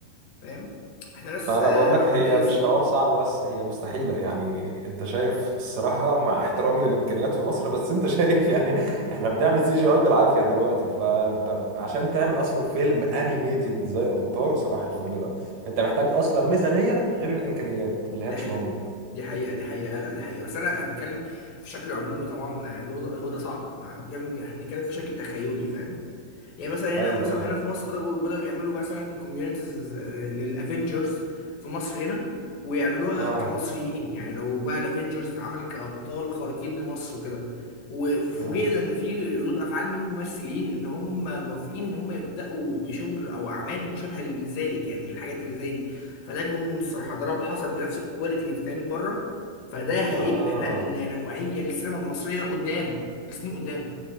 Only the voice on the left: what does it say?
فاهم احنا ناس
آه،
مميزين
دي
حقيقه
دي حقيقه دي حقيقه لا لا دي حقيقه بس انا أنا بتكلم في شكل عمومي طبعا يعني هو ده هو ده صعب يعني احنا بنتكلم في شكل تخيلي فاهم يعني مثلا
هنا مثلا
هنا في مصر بدأوا بدأوا يعملوا مثلا كوميونيتيز للافنجرز في مصر هنا ويعملوها
كمصريين يعني لو بقى الافنجرز اتعمل كأبطال خارقين لمصر وكده وفوجئنا
ان في ردود افعال من ممثلين ان هم موافقين ان هم يبداوا بشغل او اعمال مشابهه لذلك يعني الحاجات اللي زي دي فده جنون الصراحه ده لو حصل بنفس الكواليتي اللي بتتعمل بره فده هيبقى
نقله نوعيه للسينما المصريه قدام لسنين قدام